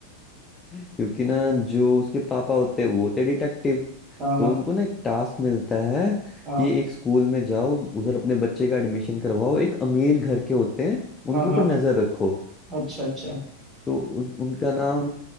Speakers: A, on the left; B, on the right.
A: क्योंकि ना जो उसके पापा होते हैं वो होते डिटेक्टिव
B: हाँ
A: तो
B: हाँ
A: उनको ना एक टास्क मिलता है
B: हाँ
A: कि एक स्कूल में जाओ उस- उधर अपने बच्चे का एडमिशन करवाओ एक अमीर घर के होते हैं उनके
B: हाँ हाँ
A: ऊपर नजर रखो
B: अच्छा अच्छा
A: तो उस- उनका नाम